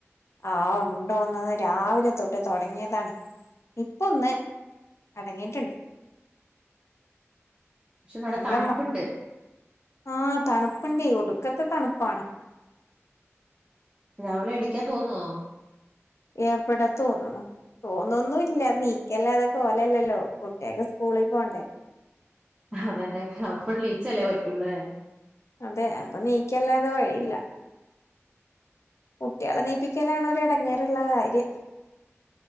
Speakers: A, on the left; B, on the right.
A: ആ ഉണ്ടോന്ന് ന്ന് രാവിലെ തൊട്ട് തൊടങ്ങിയതാണ് ഇപ്പൊന്ന് അടങ്ങിയിട്ടുണ്ട്
B: പക്ഷെ നല്ല
A: അല്ലമ്മ
B: തണുപ്പുണ്ട്
A: ആ തണുപ്പുണ്ടെ ഒടുക്ക ക്കത്ത് തണുപ്പാണ്
B: രാവിലെ എണിക്കാൻ തോന്നോ?
A: എവടെ തോന്നണു തോന്നൊന്നുല്ല നീക്കല്ലാതെ കോലല്ലല്ലോ കുട്ട്യാക്ക് സ്കൂളിൽ പോണ്ടേ
B: അതന്നെ അമ്മൾ ലീച്ചല്ലേ പറ്റൂള്ളേ
A: അതെ അപ്പൊ നീക്കല്ലാതെ വഴിയില്ല കുട്ടികളെ എണീപിക്കലാണ് ഒരു എടങ്ങേറുള്ള കാര്യം